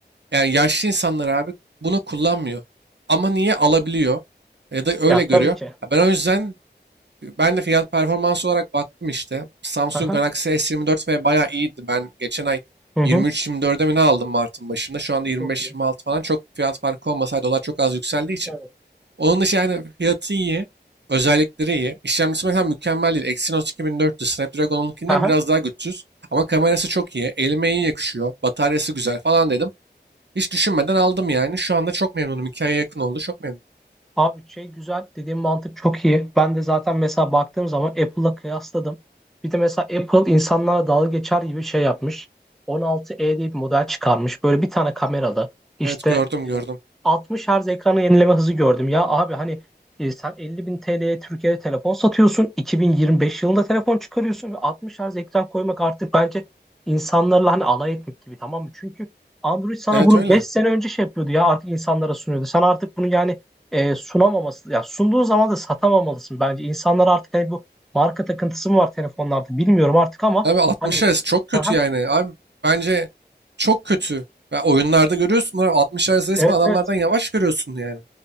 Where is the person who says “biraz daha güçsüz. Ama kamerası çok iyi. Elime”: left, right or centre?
Right